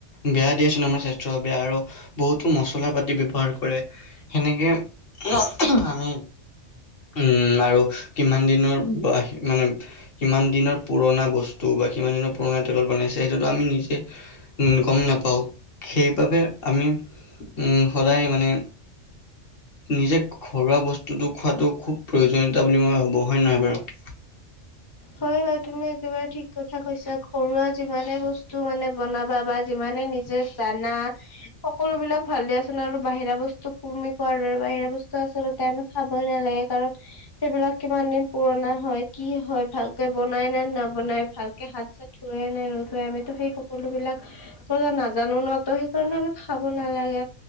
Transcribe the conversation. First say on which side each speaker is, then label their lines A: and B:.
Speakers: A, on the left; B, on the left.
A: বেয়া দিয়াচোন আমাৰ স্বাস্থ্যৰ বেয়া আৰু বহুতো মচলা পাতি ব্যৱহাৰ কৰে। সেনেকে উম, আমি উম আৰু কিমান দিনৰ বা মানে কিমান দিনৰ পুৰণা বস্তু বা কিমান দিনৰ পুৰণা তেলত বনাইছে সেইটো আমি নিজে, উম গম নাপাওঁ। সেইবাবে আমি উম সদায় মানে নিজে ঘৰুৱা বস্তুটো খোৱাতটো খুব প্ৰয়োজনীয়তা বুলি মই ভাবোঁ হয় নহয় বাৰু?
B: হয় হয় তুমি একেবাৰে ঠিক কথা কৈছা ঘৰুৱা যিমানে বস্তু টো মানে বনাবা বা যিমানে নিজে জানা সকলো বিলাক ভাল দিয়াচোন আৰু বাহিৰা বস্তু তুমি কোৱাৰ দৰে বাহিৰা বস্তু আচলতে টাইম খাবই নালাগে কাৰণ সেইবিলাক কিমান দিন পুৰণা হয় কি হয়। ভালকে বনাই নে নবনাই ভালকে হাত চাত থোৱে নে নোধোৱে আমিতো সেই সকলোবিলাক <unintelligible> ' নাজানো ন ত' সেইকাৰণে আমি খাব নালাগে।